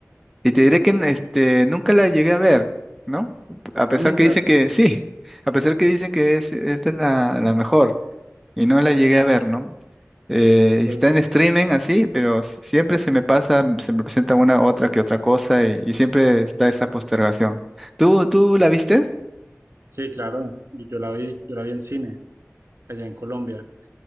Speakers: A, in the centre; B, on the right (about 65°).
A: Y te diré que n- este, nunca la llegué a ver, ¿no? A pesar
B: Nunca.
A: que dicen que sí, <laughs> a pesar que dicen que es, es de la, la mejor y no la llegué a ver, ¿no? Eh,
B: Sí,
A: está en streaming así, pero s- siempre se me pasa, se me presenta una otra que otra cosa y, y siempre está esa postergación. ¿Tú, tú la viste?
B: Sí, claro, yo, yo la vi, yo la vi en cine, allá en Colombia,